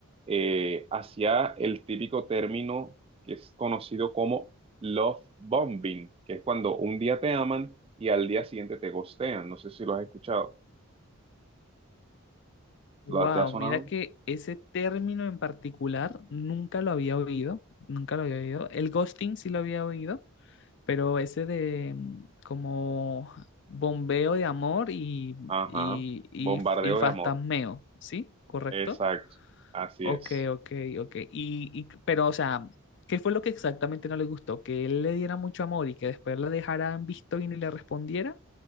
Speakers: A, on the right; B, on the left.
A: eh, hacía el típico término que es conocido como love bombing, que es cuando un día te aman y al día siguiente te ghostean. No sé si lo has escuchado.
B: Wow,
A: ¿Lo- ¿Te ha sonado?
B: mira que ese término en particular nunca lo había oído, nunca lo había oído. El ghosting sí lo había oído, pero ese de mm, como bombeo de amor y,
A: Ajá,
B: y, y,
A: bombardeo
B: y fantasmeo,
A: de amor.
B: ¿sí? ¿Correcto?
A: Exacto, así
B: Ok,
A: es.
B: ok, ok. Y, y, pero, o sea, ¿qué fue lo que exactamente no le gustó? ¿Que él le diera mucho amor y que después la dejara en visto y ni le respondiera?